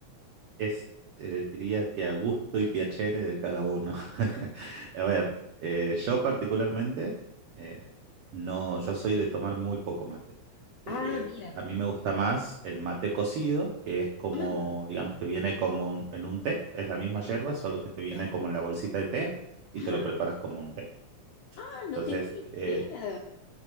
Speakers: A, on the right (about 85°); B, on the left (about 80°).
A: es, eh, diría que a gusto y piacere de cada uno. <laughs> A ver, eh, yo particularmente, eh, no, yo soy de tomar muy poco mate. Eh,
B: Ah, mira.
A: a mí me gusta más el mate cocido, que es como,
B: Ah,
A: digamos, te viene como un- en un té, es la misma yerba, solo que te viene
B: ya.
A: como en la bolsita de té y
B: Ah,
A: te lo preparas como un té.
B: ah,
A: Entonces,
B: no tenía
A: eh,
B: idea.